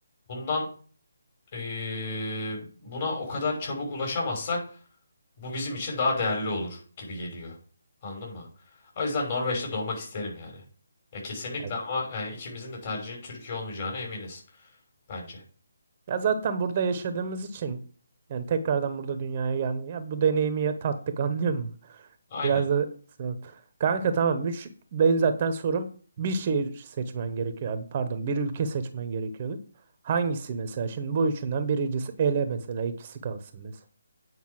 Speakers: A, on the left (about 40°); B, on the right (about 35°).
A: bundan eee, buna o kadar çabuk ulaşamazsak bu bizim için daha değerli olur gibi geliyor. Anladın mı? O yüzden Norveç'te doğmak isterim yani. Ya kesinlikle
B: Ya
A: ama yani ikimizin de tercihinin Türkiye olmayacağına eminiz bence.
B: ya zaten burada yaşadığımız için yani tekrardan burada dünyaya gelmiyor. Ya bu deneyimi ya- tattık anlıyor musun?
A: Aynen.
B: Biraz da sağ ol. Kanka tamam. Üç, benim zaten sorum bir şehir seçmen gerekiyor abi. Pardon bir ülke seçmen gerekiyordu. Hangisi mesela? Şimdi bu üçünden birincisi ele mesela ikisi kalsın mesela.